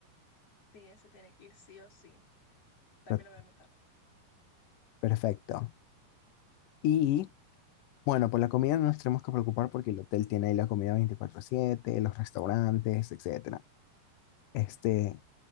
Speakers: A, on the left; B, on the left.
A: Sí, ese tiene que ir sí o sí. También
B: Está
A: lo voy a anotar.
B: Perfecto. Y Bueno, por la comida no nos tenemos que preocupar porque el hotel tiene ahí la comida veinticuatro siete los restaurantes, etcétera. Este,